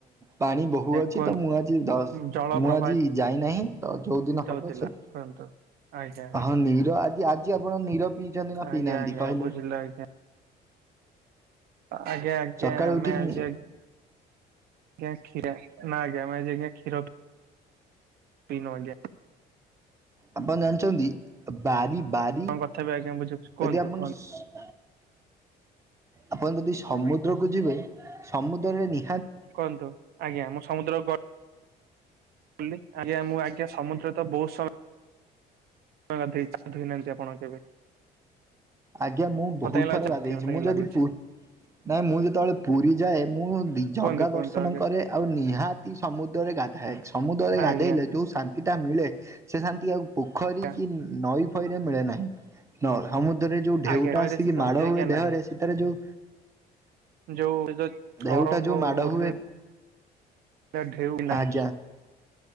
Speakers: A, on the right (about 15°); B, on the right (about 65°).
A: ପାଣି ବହୁ ଅଛି
B: କୁହନ୍ତୁ
A: ତ ମୁଁ ଆଜି ଦ
B: ଜଳ
A: ମୁଁ
B: ପ୍ରବାହିତ
A: ଆଜି ଯାଇନାହିଁ ତ ଯୋଉ ଦିନ ହବ
B: ହଉଥିଲା
A: ସେ
B: କୁହନ୍ତୁ। ଆଜ୍ଞା
A: ହଁ ନିର ଆଜି ଆଜି ଆପଣ ନିର ପିଇଛନ୍ତି ନା
B: ଆଜ୍ଞା
A: ପିଇନାହାନ୍ତି
B: ଆଜ୍ଞା
A: କହିଲେ।
B: ବୁଝିଲି ଆଜ୍ଞା ଆଜ୍ଞା ଆଜ୍ଞା
A: ସକାଳୁ
B: ଆମେ
A: ଉଠିକି
B: ଆଜି
A: ନି
B: ଆଜ୍ଞା କ୍ଷୀରା ନାଁ ଆଜ୍ଞା ଆମେ ଆଜ୍ଞା କ୍ଷୀର ପି ପିଇନୁ ଆଜ୍ଞା।
A: ଆପଣ ଜାଣିଛନ୍ତି ବାରି ବାରି
B: ଆପଣଙ୍କ କଥା ବି ଆଜ୍ଞା ବୁଝୁଛୁ କୁହନ୍ତୁ
A: ଯଦି ଆପଣ
B: କୁହନ୍ତୁ
A: ସ ଆପଣ ଯଦି ସମୁଦ୍ରକୁ ଯିବେ ସମୁଦ୍ରରେ ନି
B: କୁହନ୍ତୁ ଆଜ୍ଞା ମୁଁ ସମୁଦ୍ରକୁ ଗ ଲି ଆଜ୍ଞା ମୁଁ ଆଜ୍ଞା ସମୁଦ୍ର ତ ବୋହୁତ ସମ ୟ ଗାଧେଇଛି ଗାଧେଇ ନାହାନ୍ତି ଆପଣ କେବେ।
A: ଆଜ୍ଞା ମୁଁ ବୋହୁତ
B: ମତେ କାଇଁ ଲାଗୁଛି
A: ଥର ଗାଧେଇଚି
B: ନଥିବେ ମତେ କାଇଁ
A: ମୁଁ ଯଦି
B: ଲାଗୁଛି
A: ପୁ ନାହିଁ ମୁଁ ଯେତବଳେ ପୁରୀ ଯାଏ ମୁଁ ଦି ଜଗା
B: କୁହନ୍ତୁ କୁହନ୍ତୁ
A: ଦର୍ଶନ
B: ଆଜ୍ଞା
A: କରେ। ଆଉ ନିହାତି ସମୁଦ୍ରରେ ଗାଧାଏ ସମୁଦ୍ରରେ
B: ଆଜ୍ଞା
A: ଗାଧେଇଲେ ଯୋଉ ଶାନ୍ ତିଟା ମିଳେ ସେ ଶାନ୍ତି ଆଉ ପୋଖରୀ
B: ଆଜ୍ଞା
A: କି ନଈ ଫଇରେ ମିଳେ ନାହିଁ ନ ସମୁ ଯୋଉ ଢେଉଟା
B: ଆଜ୍ଞା ନଈରେ
A: ଆସିକି
B: ସେ ଶାନ୍ତି
A: ମାଡ
B: ଆଜ୍ଞା
A: ହୁଏ ଦେହରେ
B: ନାହିଁ
A: ସେତେବେଳେ ଯୋଉ
B: ଯୋଉ ଯୋଉ ତରଙ୍ଗ
A: ଢେଉଟା ଯୋଉ ମାଡ
B: ଉର୍ମିଳ
A: ହୁଏ
B: ଢେଉ ନାହିଁ
A: ଆଜ୍ଞା